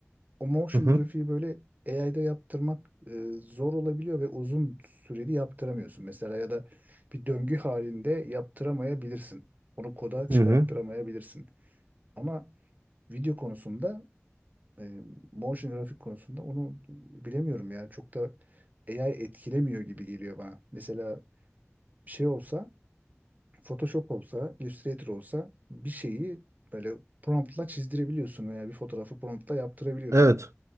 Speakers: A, on the right; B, on the right.
A: o motion
B: Hı hı.
A: grafiği böyle AI'da yaptırmak e, zor olabiliyor ve uzun süreli yaptıramıyorsun. Mesela ya da bir döngü halinde yaptıramayabilirsin. Onu koda çıkarttıramayabilirsin.
B: Hı hı.
A: Ama video konusunda e, motion grafik konusunda onu bilemiyorum yani çok da AI etkilemiyor gibi geliyor bana. Mesela şey olsa Photoshop olsa, Illustrator olsa bir şeyi böyle promptla çizdirebiliyorsun veya bir fotoğrafı promptla yaptırabiliyorsun.
B: Evet.